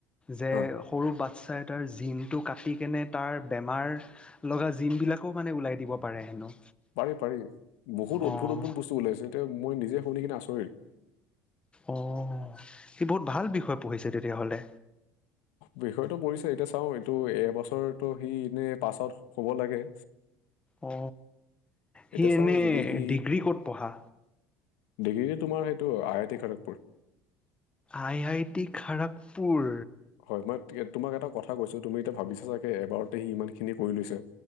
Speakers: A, on the left; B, on the left.
A: যে
B: হা
A: সৰু বাচ্ছা এটাৰ জিম টো কাটিকেনে তাৰ বেমাৰ লগা জিমবিলাকো মানে ওলাই দিব পাৰে হেনো।
B: পাৰি পাৰি, বহুত
A: অ'
B: উদ্ভুত উদ্ভুত বস্তু ওলাইছে এতিয়া মই নিজে শুনি কিনে আচৰিত।
A: অ সি বহুত ভাল বিষয় পঢ়িছে তেতিয়াহ'লে
B: বিষয়টো পৰিছে এতিয়া চাও এইটো এবছৰটো সি এনে পাছ আউট হব লাগে
A: অ সি
B: এতিয়া
A: এনেই
B: চাওঁ যদি সি
A: ডিগ্ৰী ক'ত পঢ়া
B: ডিগ্ৰীটো তোমাৰ সেইটো আই I T Kharagpur
A: I I T Kharagpur
B: হয় মই তোমাক এটা কথা কৈছো তুমি এতিয়া ভাবিছা চাগে এবাৰতে সি ইমান খিনি কৰি লৈছে